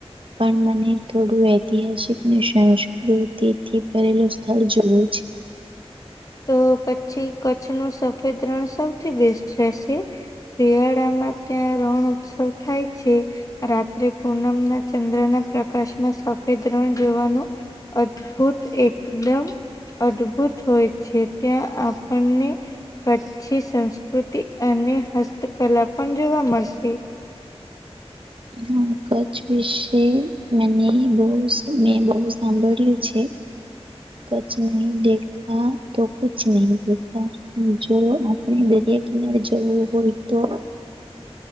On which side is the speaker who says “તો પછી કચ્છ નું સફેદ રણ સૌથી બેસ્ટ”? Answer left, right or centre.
Left